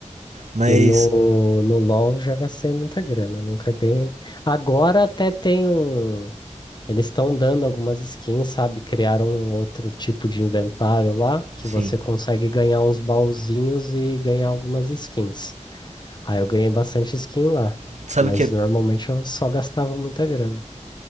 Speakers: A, on the right; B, on the left.
A: Mas,
B: E no, no LoL já gastei muita grana, nunca ganhei. Agora até tem um. Eles estão dando algumas skins, sabe? Criaram um outro tipo de inventário lá que
A: sim.
B: você consegue ganhar uns baúzinhos e ganhar algumas skins. Aí eu ganhei bastante skin lá,
A: Sabe
B: mas
A: o que é
B: normalmente eu só gastava muita grana.